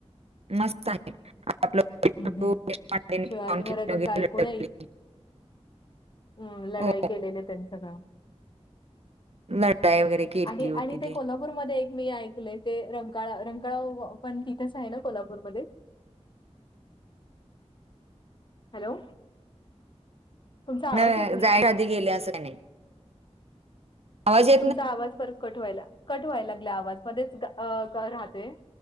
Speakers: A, on the right; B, on the left.
A: मस्त <unintelligible>
B: हम्म हम्म. शिवाजी महाराजांचा ऐकून हम्म लढाई
A: हो,
B: केलेल त्यांच गाव.
A: लढाई वगैरे केली
B: आणि
A: होती
B: आणि ते कोल्हापूरमध्ये एक मी ऐकलय. ते रंकाळा रंकाळा पण तिथेच आहे ना कोल्हापूरमध्ये हॅलो तुमचा आवाज
A: नाही
B: येत नाहीये
A: जायच्या आधी गेले अस काय नाही. आवाज ये
B: तुमचा आवाज परत कट व्हायला. कट व्हायला लागलाय आवाज. मध्येच ग राहते.